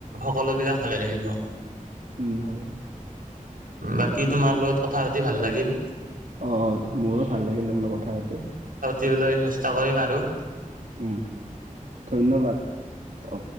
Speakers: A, on the right (about 85°); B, on the right (about 65°).
A: সকলো বিলাক ভালে থাকিব।
B: উম, হয় হয়।
A: বাকী তোমাৰ লগত কথা পাতি ভাল লাগিল।
B: অ' মোৰো ভাল লাগিল তোমাৰ লগত কথা পাতি।
A: দিবলৈ চেষ্টা কৰিম আৰু।
B: উম ধন্যবাদ অ